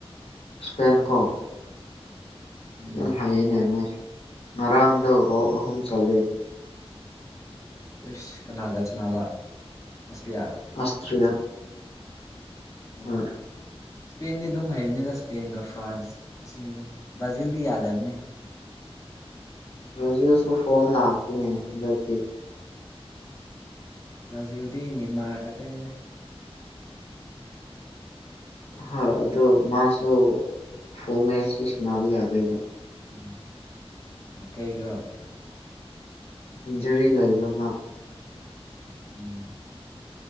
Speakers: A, on the left; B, on the left.
A: ꯁꯄꯦꯟ ꯀꯣ
B: ꯎꯝ
A: ꯌꯥꯝ ꯍꯥꯏꯌꯦꯅꯦ ꯃꯁꯨ ꯉꯔꯥꯡꯗꯣ ꯍꯥꯎ ꯑꯍꯨꯝ ꯆꯠꯂ
B: ꯑꯣꯏꯁ ꯀꯅꯥꯒ ꯁꯅꯕ ꯃꯁꯂꯤꯂꯤꯌꯥ
A: ꯑꯁꯇ꯭ꯔꯤꯌꯥ
B: ꯑꯣ
A: ꯍꯣꯏ
B: ꯏꯁꯄꯦꯟꯗꯤ ꯑꯗꯨꯝ ꯍꯩꯕꯅꯤꯒ ꯏꯁꯄꯦꯟꯒ ꯐ꯭ꯔꯥꯟꯁ ꯑꯁꯤꯅꯤꯅ ꯕ꯭ꯔꯥꯖꯤꯜꯗꯤ ꯌꯥꯗꯕꯅꯤ <inaudible>
A: ꯔꯣꯖꯤꯌꯁꯨ ꯐꯣꯝ ꯂꯥꯛꯇꯅꯦ ꯍꯟꯗꯛꯇꯤ
B: ꯁꯤ ꯎꯗꯤꯤꯅꯤꯃ ꯈꯇꯅꯤꯗ
A: ꯍꯣꯏ ꯑꯗꯣ ꯃꯥꯁꯨ ꯐꯣ ꯃꯁꯁꯤ ꯁꯕ ꯌꯥꯒꯕ꯭ꯔꯥ
B: ꯎꯝ ꯑꯣ ꯀꯩꯒꯤ
A: ꯏꯟꯖꯔꯤ ꯂꯩꯕ ꯑꯃ
B: ꯎꯝ